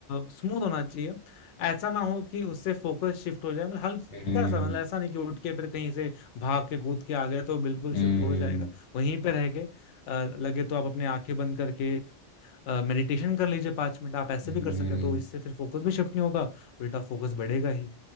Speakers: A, on the left; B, on the left.
A: स्मूथ होना चाहिए ऐसा ना हो कि उससे फोकस शिफ्ट हो जाए मतलब हल्का
B: हम्म
A: सा मतलब ऐसा नहीं कि उठ के फिर कहीं से भाग के कूद के आ गए तो बिल्कुल
B: हम्म
A: शिफ्ट हो जाएगा वहीं पे रह के अ, लगे तो आप अपने आंखें बंद करके मेडिटेशन कर लीजिए पांच मिनट आप ऐसे भी
B: हम्म,
A: कर सकते हैं तो इससे फिर फोकस भी शिफ्ट नहीं होगा उल्टा फोकस बढ़ेगा ही